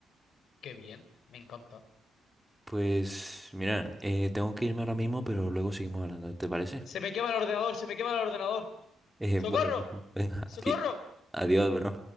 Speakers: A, on the left; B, in the centre.
A: Qué bien, me encanta.
B: Pues mira, eh, tengo que irme ahora mismo, pero luego seguimos hablando, ¿te parece?
A: Se me quema el ordenador, se me quema el ordenador.
B: Eh,
A: ¡Socorro!
B: bueno, <laughs> venga,
A: ¡Socorro!
B: adi- adiós, bro.